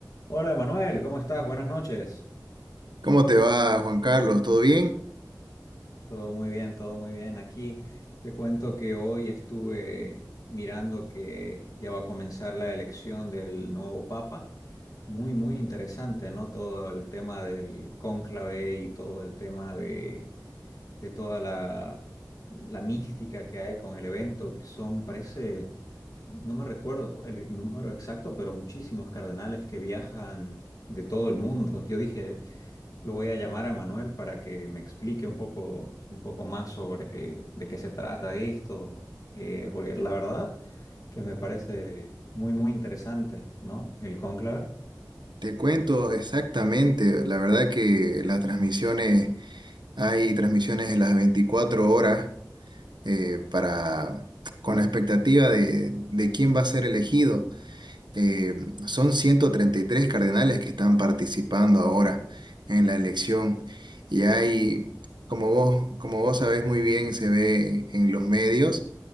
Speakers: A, on the left; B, on the right.
A: Hola, Emanuel, ¿cómo estás? Buenas noches.
B: ¿Cómo te va, Juan Carlos? ¿Todo bien?
A: Todo muy bien, todo muy bien. Aquí te cuento que hoy estuve mirando que ya va a comenzar la elección del nuevo Papa. Muy, muy interesante, ¿no? Todo el tema del cónclave y todo el tema de, de toda la, la mística que hay con el evento. que Son, parece, no me recuerdo el número exacto, pero muchísimos cardenales que viajan de todo el mundo. Yo dije, Lo voy a llamar a Manuel para que me explique un poco, un poco más sobre de qué se trata esto, eh, porque la verdad que me parece muy, muy interesante, ¿no? El cónclave.
B: Te cuento exactamente, la verdad que las transmisiones, hay transmisiones en las 24 horas eh, para, con la expectativa de, de quién va a ser elegido. Eh, son 133 cardenales que están participando ahora en la elección y hay, como vos, como vos sabés muy bien, se ve en los medios,